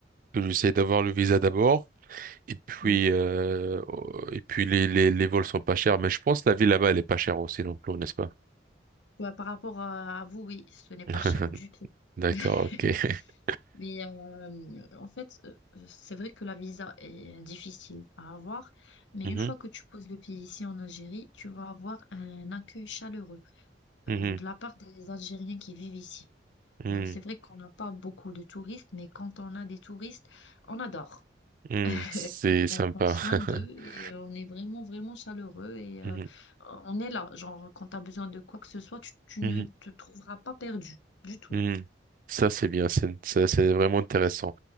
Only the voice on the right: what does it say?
que j'essaye d'avoir le visa d'abord. Et puis,
euh, et puis les, les, les vols sont pas chers, mais je pense que la vie là-bas, elle est pas chère aussi non plus, n'est-ce pas?
<laughs>
D'accord,
ok. <laughs>
Mhm,
mhm,
mhm,
mhm.
C'est sympa.
<laughs>
Mhm,
mhm,
mhm. Ça, c'est bien, c'est, ça, c'est vraiment intéressant.